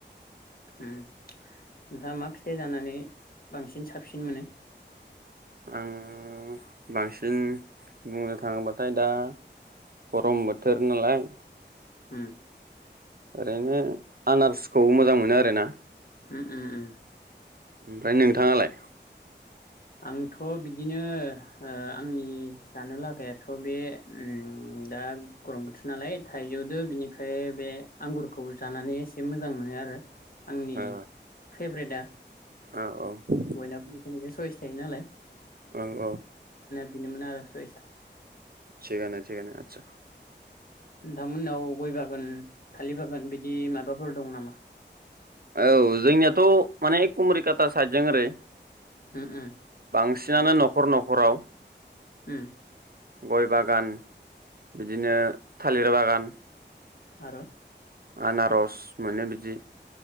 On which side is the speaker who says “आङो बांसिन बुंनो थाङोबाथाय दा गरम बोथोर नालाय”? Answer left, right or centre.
Right